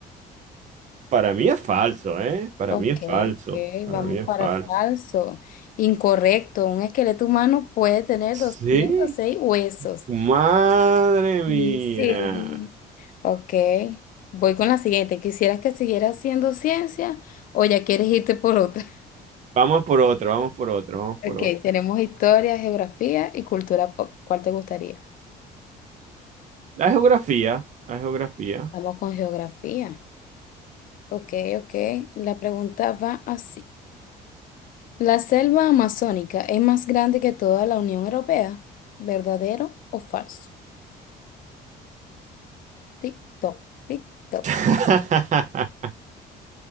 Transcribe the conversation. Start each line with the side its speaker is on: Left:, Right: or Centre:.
Right: Para mí es falso, ¿eh? Para
Left: Ok,
Right: mí es falso.
Left: ok,
Right: Para
Left: vamos
Right: mí es
Left: para
Right: falso.
Left: falso. Incorrecto. Un esqueleto humano puede tener
Right: ¿Sí?
Left: doscientos seis huesos.
Right: Madre mía.
Left: Sí, sí. Ok. Voy con la siguiente. ¿Quisieras que siguiera haciendo ciencia o ya quieres irte por otra?
Right: Vamos por otro, vamos por otro, vamos por
Left: Ok,
Right: otra.
Left: tenemos historia, geografía y cultura pop. ¿Cuál te gustaría?
Right: La geografía, la geografía.
Left: Vamos con geografía. Ok, ok. La pregunta va así. ¿La selva amazónica es más grande que toda la Unión Europea? ¿Verdadero o falso? Tic-toc, tic-toc.
Right: <laughs>